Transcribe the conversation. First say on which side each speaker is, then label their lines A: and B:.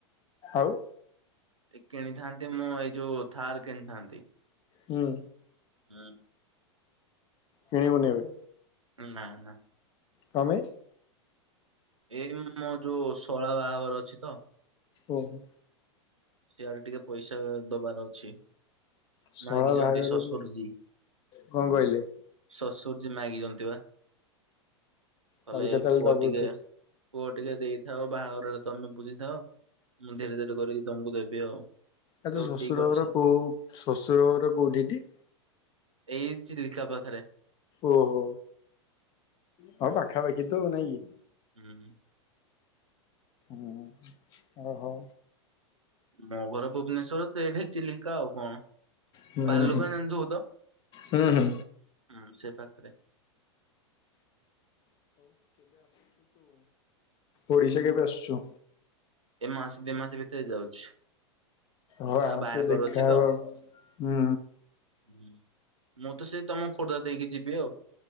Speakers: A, on the left (about 30°); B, on the right (about 85°).
A: ଆଉ
B: ଏ କିଣିଥାନ୍ତି ମୁଁ ଏଇ ଯୋଉ ଥାର କିଣିଥାନ୍ତି।
A: ହୁଁ।
B: ହୁଁ।
A: କିଣିବୁନି ଏବେ?
B: ନା ନା।
A: କ ପାଇଁ?
B: ଏଇ ମୋ ଯୋଉ ଶଳା ବାହାଘର ଅଛି ତ।
A: ଓ ହୋ।
B: ସେଆଡେ ଟିକେ ପଇସା ଦବାର ଅଛି।
A: ଶଳା
B: ମାଗିଛନ୍ତି
A: ବାହାଘରକୁ
B: ଶ୍ୱଶୁରଜୀ
A: କଣ କହିଲେ
B: ଶଶୁର ଜି ମାଗିଛନ୍ତି ବା। କହିଲେ
A: ପଇସା ତାହେଲେ
B: ପୁଅ
A: ଦବୁ
B: ଟିକେ
A: ତୁ।
B: ପୁଅ ଟିକେ ଦେଇଥାଅ ବାହାଘରରେ ତମେ ବୁଝିଥାଅ ମୁଁ ଧୀରେ ଧୀରେ କରିକି ତମକୁ ଦେବି ଆଉ।
A: ଆ ତ
B: ହଉ
A: ଶ୍ୱଶୁର
B: ଠିକ ଅଛି
A: ଘର କୋଉ ଶ୍ୱଶୁର ଘର କୋଉଠି ଟି?
B: ଏଇ ଚିଲିକା ପାଖରେ।
A: ଓହୋ ହଉ ପାଖାପାଖି ତ ନାଇଁ କି?
B: ହୁଁ।
A: ହୁଁ ଆ ହଉ।
B: ମୋ ଘର ଭୁବନେଶ୍ଵର ଏଇଠି ଚିଲିକା ଆଉ କଣ?
A: ହୁଁ
B: ବାଲୁଗାଁ
A: ହୁଁ
B: ଜାଣି ଥିବୁ ତ?
A: ହୁଁ ହୁଁ
B: ହଁ ସେ ପାଖ ସେରେ।
A: ଓଡ଼ିଶା କେବେ ଆସୁଛୁ?
B: ଏ ମାସ ଦିଇ ମାସ ଭିତରେ ଯାଉଛି।
A: ହ
B: ତା
A: ଆସ
B: ବାହାଘର
A: ଦେଖା
B: ଅଛି
A: ହବା
B: ତ।
A: ହୁ।
B: ହୁଁ ମୁଁ ତ ସେ ତମ ଖୋର୍ଦ୍ଧା ହେଇକି ଯିବି ଆଉ।